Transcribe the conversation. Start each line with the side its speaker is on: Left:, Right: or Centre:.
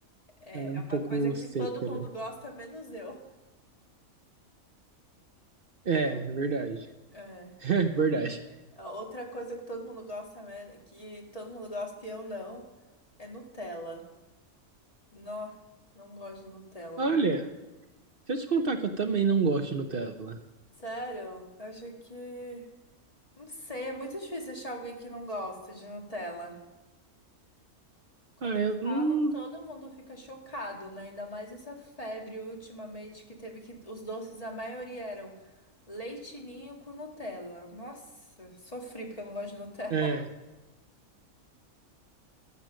Left: É,
Right: Ela é um
Left: é uma
Right: pouco
Left: coisa que
Right: seca,
Left: todo mundo
Right: né?
Left: gosta, menos eu.
Right: É, verdade. <laughs>
Left: É.
Right: É verdade.
Left: A Outra coisa que todo mundo gosta, men- que todo mundo gosta e eu não, é Nutella. Não, não gosto de Nutella.
Right: Olha, deixa eu te contar que eu também não gosto de Nutella.
Left: Sério? Eu acho que. Não sei, é muito difícil achar alguém que não gosta de Nutella. Quando
Right: Ah,
Left: eu
Right: eu
Left: falo,
Right: não.
Left: todo mundo fica chocado, né? Ainda mais essa febre ultimamente que teve que os doces, a maioria eram leite ninho com Nutella. Nossa, sofri porque eu não gosto de Nutella,
Right: É,
Left: <laughs>